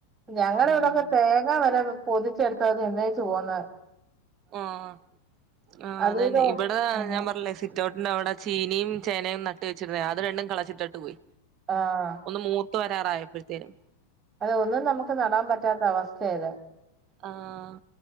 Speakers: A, on the right; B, on the right.
A: ഞങ്ങളിവടക്കെ.
B: ഉം
A: തേങ്ങ വരെ പൊതിച്ചെടുത്ത്. തിന്നേച്ച് പേകുന്നെത്.
B: ആഹ്, ആ
A: അത്
B: അതെന്നെ
A: ഇതോ
B: ഇവിടെ
A: ആഹ്
B: ഞാൻ പറഞ്ഞില്ലേ സിറ്റൗട്ടിൻ്റെ അവ്ടെ. ചീനിയിം, ചേനയും, നട്ട് വെച്ചിരുന്നേയാ, അത് രണ്ടും കളച്ചിട്ടിട്ട് പോയി.
A: ആഹ
B: ഒന്ന് മൂത്ത വരാറായപ്പോഴത്തേനും
A: അതെ ഒന്നും നമുക്ക് നടാൻ പറ്റാത്ത അവസ്ഥയഇത്
B: ആഹ